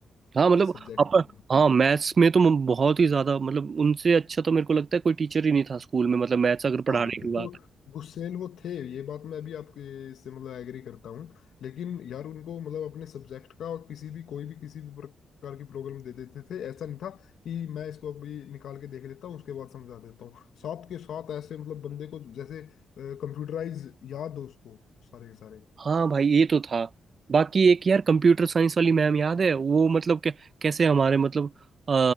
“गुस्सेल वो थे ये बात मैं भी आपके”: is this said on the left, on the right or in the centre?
Left